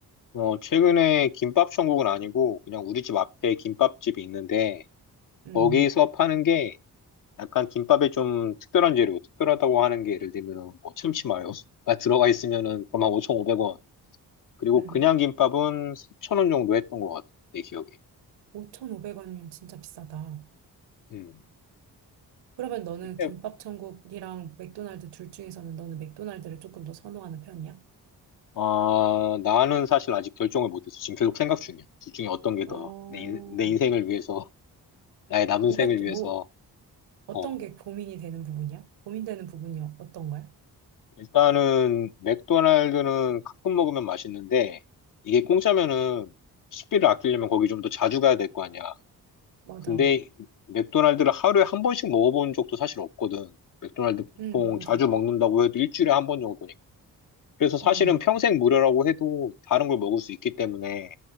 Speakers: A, on the left; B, on the right.
A: 어, 최근에 김밥 천국은 아니고 그냥 우리 집 앞에 김밥집이 있는데
B: 응,
A: 거기서 파는 게 약간 김밥에 좀 특별한 재료, 특별하다고 하는 게 예를 들면은 뭐 참치마요가 들어가 있으면은 그만 5,500원. 그리고
B: 응.
A: 그냥 김밥은 3,000원 정도 했던 것 같아, 내 기억에.
B: 5,500원이면 진짜 비싸다.
A: 음.
B: 그러면 너는
A: 근데
B: 김밥 천국이랑 맥도날드 둘 중에서는 너는 맥도날드를 조금 더 선호하는 편이야?
A: 아, 나는 사실 아직 결정을 못했어. 지금 계속 생각 중이야. 둘 중에 어떤 게 더
B: 어,
A: 내 내 인생을 위해서, 나의 남은
B: 뭐가
A: 생을
B: 또,
A: 위해서
B: 뭐, 어떤
A: 어.
B: 게 고민이 되는 부분이야? 고민되는 부분이 어- 어떤 거야?
A: 일단은 맥도날드는 가끔 먹으면 맛있는데 이게 공짜면은 식비를 아끼려면 거기 좀 더 자주 가야 될 거 아니야.
B: 맞아.
A: 근데 맥도날드를 하루에 한 번씩 먹어본 적도 사실 없거든. 맥도날드
B: 응,
A: 보통
B: 맞아.
A: 자주 먹는다고 해도 일주일에 한 번 정도니까. 그래서 사실은
B: 응,
A: 평생 무료라고 해도 다른 걸 먹을 수 있기 때문에